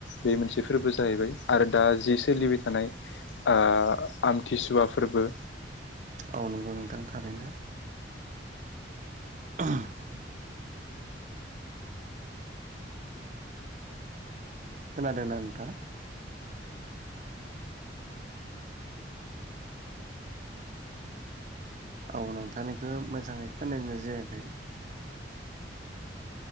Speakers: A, on the left; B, on the right.
A: बे मोनसे फोरबो जाहैबाय आरो दा जि सोलिबाय थांनाय ओ आमथिसुवा फोरबो।
B: औ नंगौ नोंथां थारैनो। <unintelligible> खोनादोंना नोंथाङा? आं नोंथांनिखौ मोजाङै खोनानाय जायाखै।